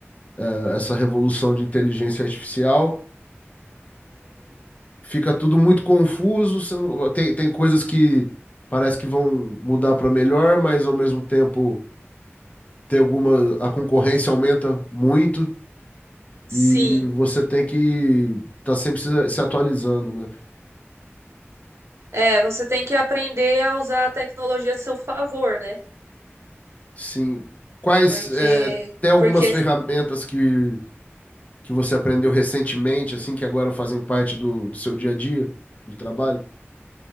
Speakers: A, on the left; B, on the right.
A: eh, essa revolução de inteligência artificial, fica tudo muito confuso. você não- tem, tem coisas que parece que vão mudar para melhor, mas ao mesmo tempo tem alguma, a concorrência aumenta muito e
B: Sim.
A: você tem que estar sempre se se atualizando, né?
B: É, você tem que aprender a usar a tecnologia a seu favor, né?
A: Sim. Quais,
B: Porque,
A: é, tem algumas
B: porque,
A: ferramentas que, que você aprendeu recentemente, assim, que agora fazem parte do, do seu dia a dia, do trabalho?